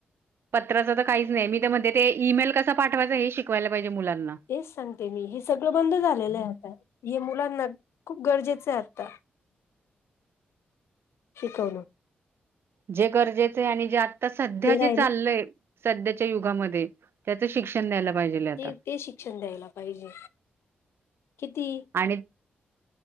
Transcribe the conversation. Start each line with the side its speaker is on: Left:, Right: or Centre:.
Right: पत्राच तर काहीच नाही मी त्या म्हध्ये ते ईमेल कसा पाठवायचां हे शिकवायला पाहिजे मुलांना
Left: तेच सांगते मी हे सगळं बंद झालेलं आहे आता हे मुलांना खूप गरजेचं आहे आता शिकवलं
Right: जे गरजेचं आहे आणि जे आता सध्या
Left: ते राहिलं
Right: जे चाललंय सध्याच्या युगामध्ये त्याचं शिक्षण द्यायला पाहिजेल आता
Left: ते ते शिक्षण द्यायला पाहिजे किती
Right: आणि